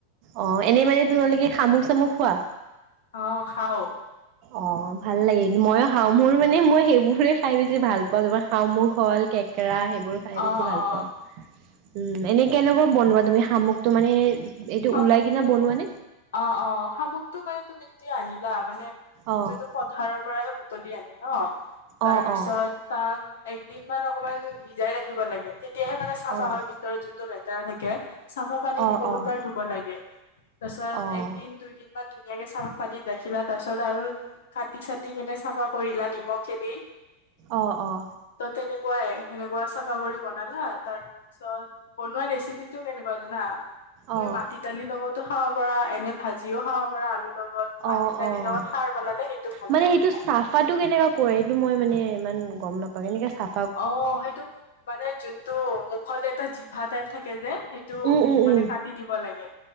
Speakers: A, on the right; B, on the left.
A: অঁ এনেই মানে তোমালোকে শামুখ চামুক খোৱা।
B: অ খাও
A: অ ভাল লাগে মইয়ো খাও মোৰ মানে মই সেইবোৰে খাই বেছি ভাল পাওঁ যেনে শামুক হল কেক কেকৰা সেইবোৰ৷ খাই বেছি
B: অ
A: ভাল
B: অ
A: পাওঁ উম এনে কেনেকুৱা বনোৱা তুমি শামুকটো মানে এইটো
B: শামুকটো
A: ওলাই কিনে বনোৱা নে?
B: অ-অ শামুকটো মানে তুমি যদি আনিলা মানে এইটো
A: অ',
B: পথাৰৰ পৰাহে বুটলি আনে ন তাৰ
A: অ',
B: পিছত
A: অ',
B: তাক একদিন মান অকমান ভিজাই ৰাখিব লাগে। তেতিয়াহে মানে চাফা
A: অ',
B: হয়। ত যোনটো লেতেৰা থাকে চাফা পানী
A: অ',
B: দি বহুত
A: অ', অ',
B: বাৰ ধুব লাগে। তাৰপিছত
A: অ',
B: একদিন দুইদিনমান ধুনীয়াকে চাফাৰ পানীত ৰাখিলা। তাৰ পাছত আৰু কাটি চাটি কেনে চাফা কৰিলা নিমখ দি।
A: অঁ-অঁ।
B: ত তেনেকুৱাই। সেনেকুৱা চাফা কৰি বনালা তাৰ তাৰপিছত বনোৱা ৰেচিপি টো কেনেকুৱা জানা? তুমি
A: অ',
B: মাটিদালি লগতো খাব পাৰা, এনে ভাজিও খাব পাৰা আলু লগত মাটিদালিৰ
A: অ', অ'।
B: লগত খাৰ বনালে সেইটো ভাল
A: মানে
B: লাগে
A: সেইটো
B: খাই৷
A: চাফাটো কেনেকা কৰে এইটো মই মানে ইমান গম নাপাওঁ এনেকে চাফ
B: অ সেইটো মানে যোনটো মুখত এটা জিভা টাইপ থাকে যে সেই টো
A: উম, উম,
B: মানে
A: উম,
B: কাটি দিব লাগে৷